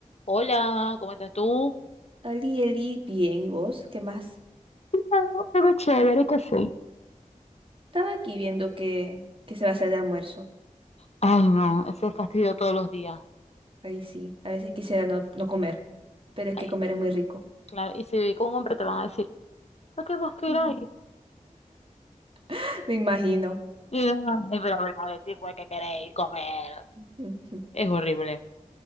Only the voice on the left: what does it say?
Hola, ¿cómo estás tú?
Claro, Pero chévere que sí.
Ay, no, ese fastidio todos los días.
Ay,
Claro, y si viví con un hombre te van a decir, lo que vos queráis.
Y, ay, pero hablar de tipo que queréis comer.
Es horrible.